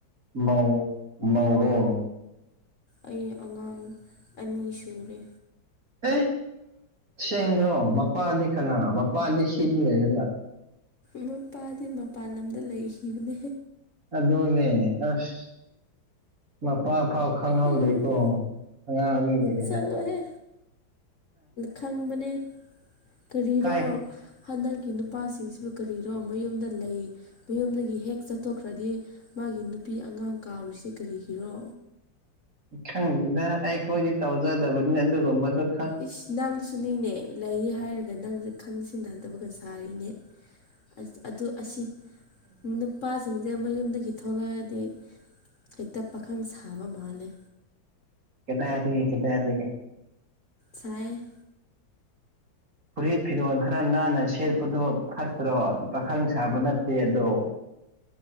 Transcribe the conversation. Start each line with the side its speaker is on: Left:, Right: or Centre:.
Right: ꯔꯣ
Left: ꯑꯩ ꯑꯉꯥꯡ ꯑꯅꯤ ꯁꯨꯔꯦ
Right: ꯑꯦ ꯁꯦꯡꯕ꯭ꯔꯣ ꯃꯄꯥꯗꯤ ꯀꯅꯥ ꯃꯄꯥꯗꯤ ꯁꯤꯗ ꯂꯩꯔꯒ
Left: ꯃꯣꯏꯄꯥꯗꯤ ꯃꯄꯥꯟ ꯂꯝꯗ ꯂꯩꯈꯤꯕꯅꯦ
Right: ꯑꯗꯨꯗꯣꯅꯦ ꯑꯁ ꯃ ꯄꯥ ꯐꯥꯎ ꯈꯪꯍꯧꯗꯦꯀꯣ
Left: ꯎꯝ
Right: ꯑꯉꯥꯡ ꯑꯅꯤ ꯂꯩꯔꯦ
Left: ꯆꯠꯂꯣꯍꯦ
Right: ꯍꯥꯏꯔꯒ
Left: ꯈꯪꯕꯅꯦ ꯀꯔꯤꯔꯣ
Right: ꯀꯥꯏ
Left: ꯍꯟꯗꯛꯀꯤ ꯅꯨꯄꯥꯁꯤꯡꯁꯤꯕꯨ ꯀꯔꯤꯅꯣ ꯃꯌꯨꯝꯗ ꯂꯩ ꯃꯌꯨꯝꯗꯒꯤ ꯍꯦꯛ ꯆꯠꯊꯣꯛꯈ꯭ꯔꯗꯤ ꯃꯥꯒꯤ ꯅꯨꯄꯤ ꯑꯉꯥꯡ ꯀꯥꯎꯔꯤꯁꯦ ꯀꯔꯤꯒꯤꯔꯣ
Right: ꯈꯪꯗꯅ ꯑꯩꯈꯣꯏꯗꯤ ꯇꯧꯖꯗꯕꯅꯤꯅ ꯑꯗꯨꯒꯨꯝꯕꯗꯨ
Left: ꯏꯁ ꯅꯪꯁꯨꯅꯤꯅꯦ ꯂꯩ ꯍꯥꯏꯔꯒ ꯅꯪꯁꯦ ꯈꯪꯖꯤꯟꯅꯗꯕꯒ ꯁꯥꯔꯤꯅꯦ ꯑ ꯑꯗꯨ ꯑꯁꯤ ꯅꯨꯄꯥꯁꯤꯡꯁꯦ ꯃꯣꯏ ꯌꯨꯝꯗꯒꯤ ꯊꯣꯡꯉꯛꯑꯗꯤ ꯍꯦꯛꯇ ꯄꯥꯈꯪ ꯁꯥꯕ ꯃꯥꯜꯂꯦ
Right: ꯀꯗꯁꯤꯒꯦ ꯀꯗ ꯌꯥꯗꯒꯦ
Left: ꯁꯥꯏ
Right: ꯐꯨꯔꯤꯠ ꯐꯤꯔꯣꯜ ꯈꯔ ꯅꯥꯟꯅ ꯁꯦꯠꯄꯗꯣ ꯐꯠꯇ꯭ꯔꯣ ꯄꯥꯈꯪ ꯁꯥꯕ ꯅꯠꯇꯦ ꯑꯗꯣ <inaudible>